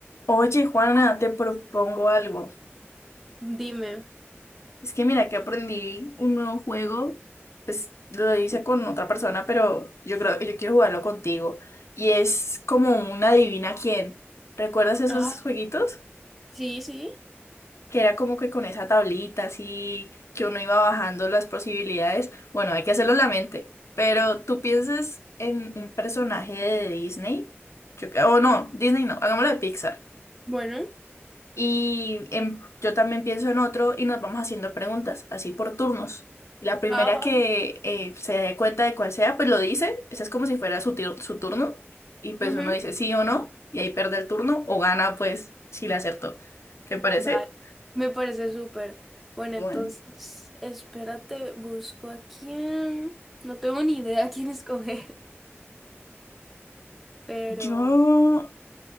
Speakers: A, on the left (about 80°); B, in the centre.
A: Oye, Juana, te propongo algo.
B: Dime.
A: Es que mira que aprendí un nuevo juego, pues lo hice con otra persona, pero yo creo yo quiero jugarlo contigo. Y es como un adivina quién. ¿Recuerdas esos
B: Ah,
A: jueguitos?
B: sí, sí.
A: Que era como que con esa tablita así, que uno iba bajando las posibilidades. Bueno, hay que hacerlo en la mente. Pero tú piensas en un personaje de Disney. Yo, cre- o
B: Vam-
A: no, Disney no, hagámoslo de Pixar.
B: Bueno.
A: Y em- yo también pienso en otro y nos vamos haciendo preguntas, así por turnos. La primera
B: Ah, vale.
A: que eh, se dé cuenta de cuál sea, pues lo dice. Ese es como si fuera su, tir- su turno. Y pues
B: Ujú,
A: uno dice sí o no, y ahí pierde el turno o gana, pues si le acertó. ¿Te parece?
B: Vale. Me parece súper. Bueno,
A: Bueno,
B: entonces, espérate, busco a quién. No tengo ni idea a quién escoger, <laughs> pero
A: yo,